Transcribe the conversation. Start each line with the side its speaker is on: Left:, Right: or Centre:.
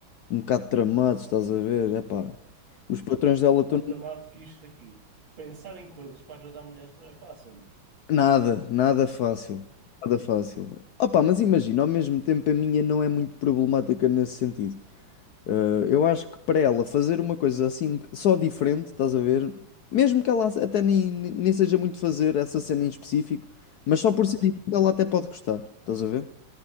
Left: um bocado tramados, estás a ver? É pá. os patrões dela
Right: Já
Left: estão
Right: estás tramado que isto aqui. Pensar em coisas para agradar mulheres não é fácil, não?
Left: Nada, nada fácil. Nada fácil. Opa, mas imagina, ao mesmo tempo a minha não é muito problemática nesse sentido. Ah, eu acho que para ela fazer uma coisa assim, só diferente, estás a ver? Mesmo que ela até nem, nem seja muito fazer essa cena em específico, mas só
Right: Ok?
Left: por ser diferente ela até pode gostar, estás a ver?